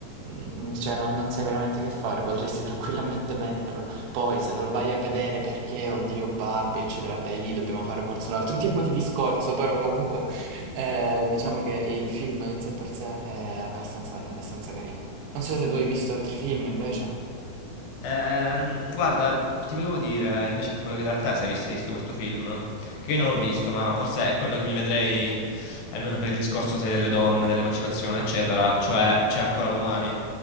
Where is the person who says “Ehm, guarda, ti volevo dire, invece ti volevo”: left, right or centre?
Left